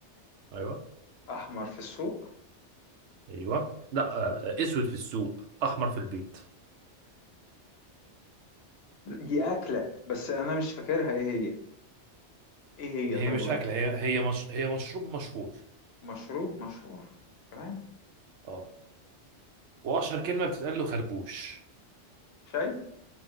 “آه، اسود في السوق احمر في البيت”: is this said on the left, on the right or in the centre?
Right